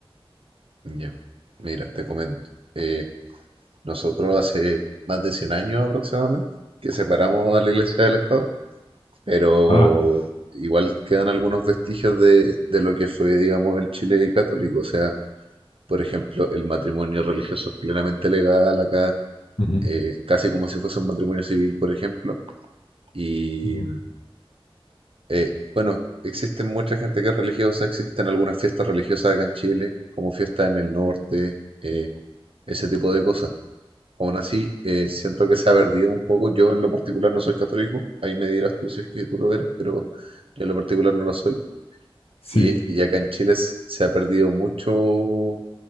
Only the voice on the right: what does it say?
Ya, mira, te comento. Eh, nosotros hace más de 100 años aproximadamente que separamos a la Iglesia del Estado, pero
igual quedan algunos vestigios de, de lo que fue, digamos, el Chile católico. O sea, por ejemplo, el matrimonio religioso es plenamente legal acá,
eh, casi como si fuese un matrimonio civil, por ejemplo. y
Eh, bueno, existe mucha gente que es religiosa, existen algunas fiestas religiosas acá en Chile, como fiestas en el norte, eh, ese tipo de cosas. Aún así, eh, siento que se ha perdido un poco. Yo en lo particular no soy católico, ahí me dirás tú si es que tú lo eres, pero yo en lo particular no lo soy.
Y, y acá en Chile s- se ha perdido mucho